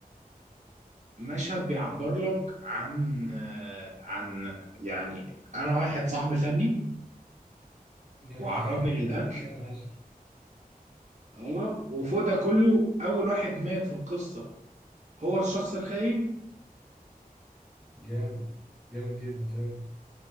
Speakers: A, on the right; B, in the centre.
A: مشهد بيعبر لك عن آه، عن يعني انا واحد صاحبي خدني
B: جميل
A: وعرضني
B: <laughs>
A: للاكل
B: بتقول كام عشر
A: اه وفوق ده كله اول واحد مات في القصه هو الشخص الخاين
B: جامد جامد جدا فهمت